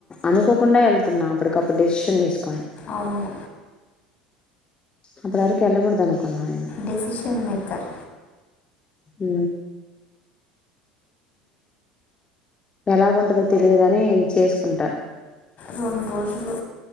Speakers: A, on the left; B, on the left.
A: అనుకోకుండా వెళ్తున్నా అప్పటికప్పుడు డెషిషన్ తీసుకు అ
B: అవును
A: అప్పుడు వరకి ఎళ్లా కూడాడుదనుకున్నాను
B: డెసిషన్ మేకర్
A: హ ఎలాగుంటందో తెలీదు గాని చేసుకుంటా
B: రెండు రోజులు